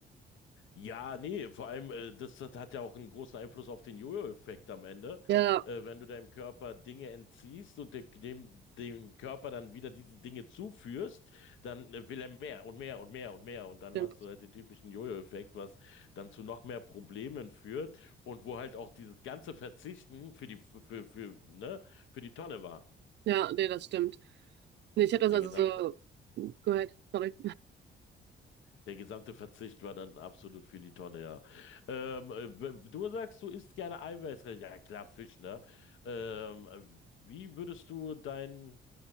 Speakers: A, on the left; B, on the right.
A: Ja, nee, vor allem, äh, das, das hat ja auch einen großen Einfluss auf den Jojo-Effekt am Ende.
B: Ja,
A: Äh, wenn du deinem Körper Dinge entziehst und de- dem, dem Körper dann wieder diese Dinge zuführst, dann äh, will er mehr und mehr und mehr und mehr. Und dann
B: stimmt.
A: hast du halt den typischen Jojo-Effekt, was dann zu noch mehr Problemen führt und wo halt auch dieses ganze Verzichten für die, für, für, ne, für die Tonne war.
B: Ja, nee, das stimmt. Nee, ich habe das
A: Der
B: also
A: gesamte.
B: so gehört, sorry.
A: Der gesamte Verzicht war dann absolut für die Tonne, ja. Ähm, äh, w- du sagst, du isst gerne eiweißreich. Ja, klar, Fisch, ne? Ähm, äh, wie würdest du dein,